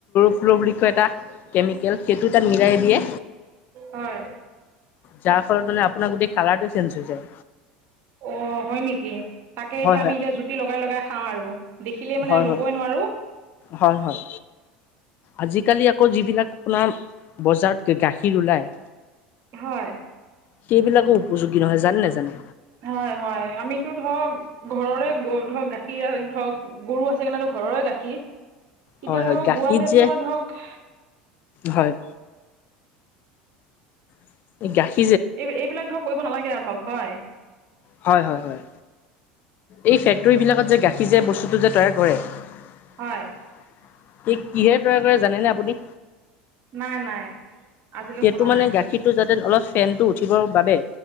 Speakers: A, on the left (about 45°); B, on the right (about 50°).
A: ফ্ল্ল বুলি কয় এটা কেমেল কেমিকেল সেইটো তাত মিলাই দিয়ে
B: হয়
A: যাক ফলত মানে আপোনাৰ গোটেই কালাৰটো চেঞ্জ হৈ যায়।
B: অ হয় নেকি তাকে
A: হয়
B: এতিয়া আমি
A: হয়
B: এতিয়া জুতি লগাই লগাই খাওঁ আৰু। দেখিলে মানে
A: হয়
B: ৰবই
A: হয়
B: নোৱাৰো
A: হয় হয় আজিকালি আকৌ যিবিলাক আপোনাৰ বজাৰত গাখীৰ ওলায়
B: হয়
A: সেইবিলাকো উপযোগী নহয় জানেনে নাজানে
B: হয় হয় আমিতো ধৰক ঘৰৰে ধৰক গাখীৰ ধৰক গৰু আছে কাৰনে ধৰ ঘৰৰে গাখীৰ এতিয়া
A: হয় হয়
B: ধৰ
A: গাখীৰ
B: গোৱালেতো
A: যে
B: আৰু ধৰক
A: হয় <unintelligible>
B: এই এইবিলাক ধৰক কৰিব নালাগে আৰু ধৰক হয়।
A: হয় হয় হয় এই ফেক্টৰী বিলাকত যে গাখীৰ যে বস্তুটো যে তৈয়াৰ কৰে সি
B: হয়
A: কিহেৰে তৈয়াৰ কৰে জানেনে আপুনি
B: নাই নাই আজিলৈ
A: সেইটো
B: শুনা
A: মানে
B: নাই
A: গাখীৰটো যাতে অলপ ফেনটো উঠিবৰ বাবে